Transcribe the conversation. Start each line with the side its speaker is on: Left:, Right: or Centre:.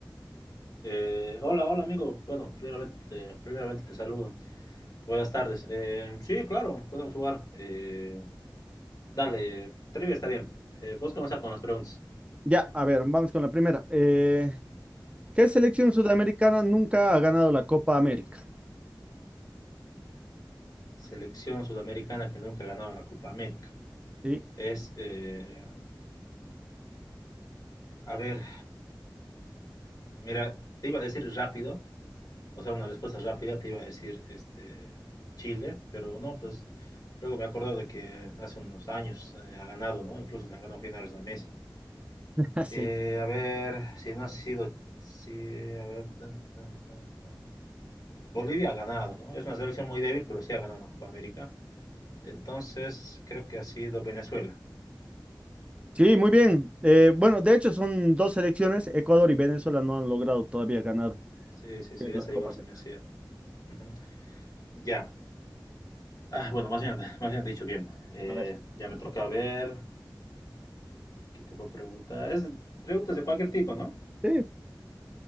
Left: Eh, hola, hola amigo. Bueno, primeramente, primeramente te saludo. Buenas tardes. Eh, sí, claro, podemos jugar. Eh, dale, trivia está bien. Eh, vos comenzás con las preguntas.
Right: Ya, a ver, vamos con la primera. Eh, ¿qué selección sudamericana nunca ha ganado la Copa América?
Left: Selección sudamericana que nunca ha ganado la Copa América.
Right: Sí,
Left: Es, eh, a ver, mira, te iba a decir rápido, o sea, una respuesta rápida, te iba a decir este, Chile, pero no, pues luego me he acordado de que hace unos años eh, ha ganado, ¿no? Incluso le ha ganado finales a Messi.
Right: <laughs> sí.
Left: Eh, a ver, si no ha sido, si, a ver, tan, tan, tan, tan. Bolivia ha ganado, ¿no? Es una selección muy débil, pero sí ha ganado la Copa América. Entonces, creo que ha sido Venezuela.
Right: Sí, muy bien. Eh, bueno, de hecho son dos selecciones. Ecuador y Venezuela no han logrado todavía ganar
Left: Sí, sí, sí,
Right: eh, la
Left: esa
Right: Copa
Left: igual
Right: América.
Left: se me hacía. Ujú. Ya. Ah, bueno, más bien, más bien dicho, bien. Eh,
Right: A ver.
Left: ya me toca ver, ¿qué te puedo preguntar? Es preguntas de cualquier tipo, ¿no?
Right: Sí.